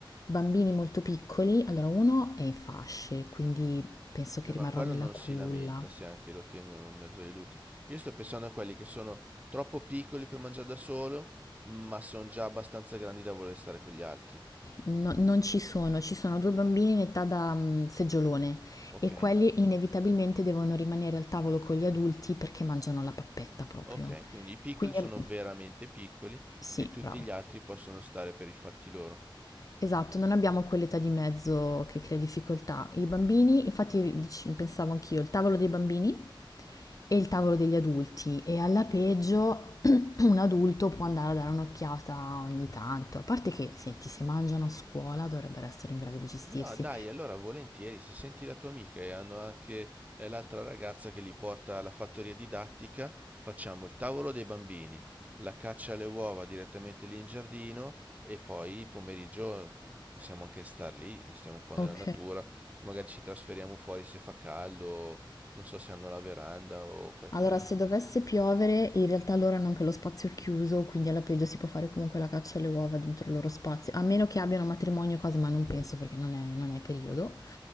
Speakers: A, on the left (about 40°); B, on the right (about 15°).
A: bambini molto piccoli. Allora, uno è in fasce, quindi penso che
B: Eh, ma
A: rimarrà
B: quello
A: nella
B: non
A: culla,
B: si lamenta se anche lo tengono in mezzo ai luti. Io sto pensando a quelli che sono troppo piccoli per mangiare da solo, ma sono già abbastanza grandi da voler stare con gli altri.
A: No- non ci sono, ci sono due bambini in età da mm, seggiolone
B: Ok?
A: e quelli inevitabilmente devono rimanere al tavolo con gli adulti perché mangiano la pappetta proprio.
B: Ok, quindi i piccoli
A: Quindi
B: sono
A: ab-
B: veramente piccoli
A: sì,
B: e tutti
A: bravo.
B: gli altri possono stare per i fatti loro.
A: Esatto, non abbiamo quell'età di mezzo che crea difficoltà. I bambini, infatti dic- pensavo anch'io, il tavolo dei bambini e il tavolo degli adulti e alla peggio <clears throat> un adulto può andare a dare un'occhiata ogni tanto, a parte che, senti, se mangiano a scuola dovrebbero essere in grado di gestirsi.
B: No, dai, allora volentieri, se senti la tua amica e hanno anche eh, l'altra ragazza che li porta alla fattoria didattica, facciamo il tavolo dei bambini, la caccia alle uova direttamente lì in giardino e poi pomeriggio possiamo anche star lì, stiamo un po' nella
A: Ok.
B: natura, magari ci trasferiamo fuori se fa caldo, non so se hanno la veranda o qualche...
A: Allora, se dovesse piovere, in realtà loro hanno anche lo spazio chiuso, quindi alla peggio si può fare comunque la caccia alle uova dentro il loro spazio, a meno che abbiano matrimonio e cose, ma non penso perché non è, non è periodo.